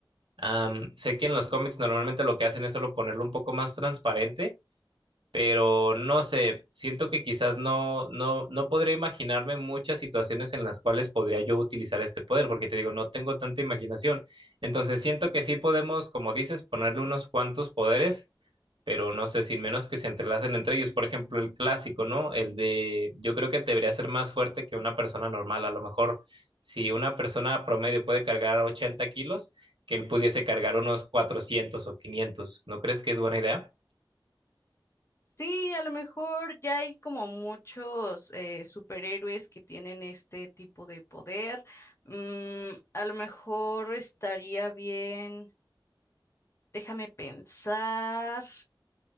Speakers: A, on the right (about 85°); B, on the left (about 35°).
A: am, sé que en los cómics normalmente lo que hacen es solo ponerlo un poco más transparente pero no sé, siento que quizás no, no, no podría imaginarme muchas situaciones en las cuales podría yo utilizar este poder, porque te digo, no tengo tanta imaginación. Entonces siento que sí podemos, como dices, ponerle unos cuantos poderes, pero no sé, sin menos que se entrelacen entre ellos. Por ejemplo, el clásico, ¿no? El de, yo creo que debería ser más fuerte que una persona normal. A lo mejor, si una persona promedio puede cargar 80 kilos, que él pudiese cargar unos 400 o 500. ¿No crees que es buena idea?
B: Sí, a lo mejor ya hay como muchos eh, superhéroes que tienen este tipo de poder. Mm, a lo mejor estaría bien, déjame pensar.